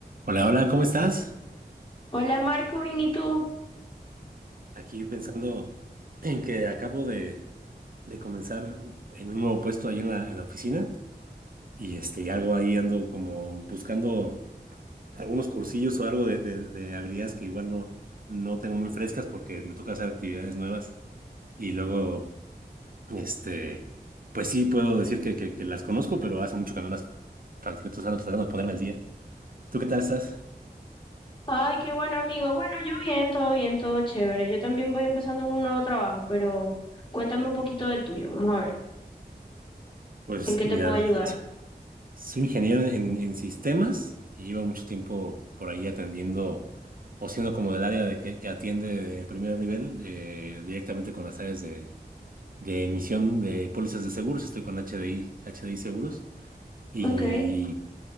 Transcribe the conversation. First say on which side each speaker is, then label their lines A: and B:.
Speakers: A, on the right; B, on the left.
A: Hola, hola, ¿cómo estás?
B: Hola Marco, bien, ¿y tú?
A: Aquí pensando en que acabo de, de comenzar en un nuevo puesto ahí en la, en la oficina y este, y algo ahí ando como buscando algunos cursillos o algo de, de- de habilidades que igual no, no tengo muy frescas porque me toca hacer actividades nuevas y luego, este, pues sí puedo decir que, que- que las conozco, pero hace mucho que no las practico, entonces ando tratando de ponerme al día. ¿Tú qué tal estás?
B: Ay, qué bueno amigo. Bueno, yo bien, todo bien, todo chévere. Yo también voy empezando un nuevo trabajo, pero cuéntame un poquito del tuyo. Vamos a ver,
A: Pues
B: ¿en qué
A: mira,
B: te puedo ayudar?
A: es- soy ingeniero en, en sistemas y llevo mucho tiempo por ahí atendiendo o siendo como del área de que, que atiende de primer nivel eh, directamente con las áreas de, de emisión de pólizas de seguros. Estoy con H H D I H D I Seguros. Y
B: Ok,